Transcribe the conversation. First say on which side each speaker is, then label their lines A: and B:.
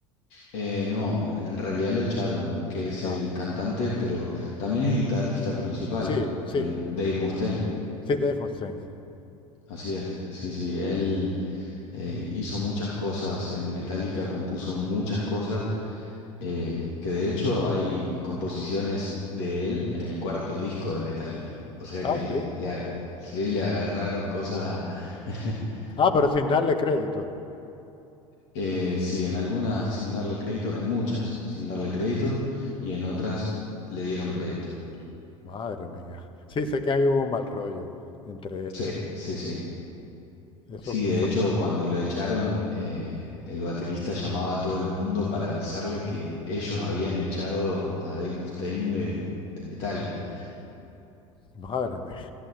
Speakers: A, on the left; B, on the left.
A: eh, no, en realidad lo echaron, que es
B: Ah,
A: el cantante, pero también es guitarrista principal,
B: sí, sí,
A: eh, Dave Mustaine.
B: sí, Dave Mustaine, sí.
A: Así es, sí, sí, él eh, hizo muchas cosas en Metallica, compuso muchas cosas, eh, que de hecho hay composiciones de él en el cuarto disco de Metallica. O sea
B: Ah,
A: que le,
B: sí.
A: le, ag- sí, le agarraron cosas <laughs>
B: Ah, pero sin darle crédito.
A: Eh, sí, en algunas sin darle crédito, en muchas sin darle crédito y en otras le dieron crédito.
B: Madre mía. Sí, sé que ahí hubo un mal rollo entre ellos.
A: Sí, sí, sí.
B: Eso,
A: Sí, de
B: eso
A: hecho, cuando lo echaron, eh, el baterista llamaba a todo el mundo para avisarle que ellos habían echado a, a Dave Mustaine de, de Metallica.
B: Madre mía.